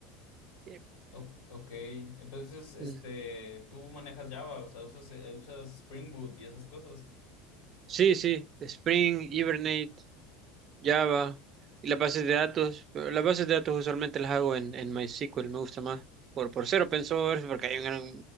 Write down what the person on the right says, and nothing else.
Eh,
mm,
Sí, sí. Spring, Hibernate, Java y las bases de datos. Pero las bases de datos usualmente las hago en, en MySQL. Me gusta más por, por ser open source porque hay un gran